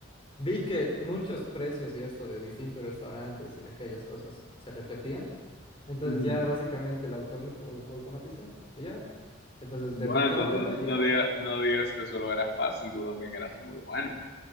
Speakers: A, on the left (about 25°); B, on the left (about 55°).
A: Vi que muchos precios y esto de distintos restaurantes y aquellas cosas se repetían. Entonces
B: ujú.
A: ya básicamente la automis- au- automaticé y ya. Entonces
B: Bueno,
A: detectaba
B: entonces
A: uno y
B: no
A: era
B: diga
A: tac, tac, tac,
B: no
A: tac.
B: digas que solo eras fácil, tú también eras muy bueno.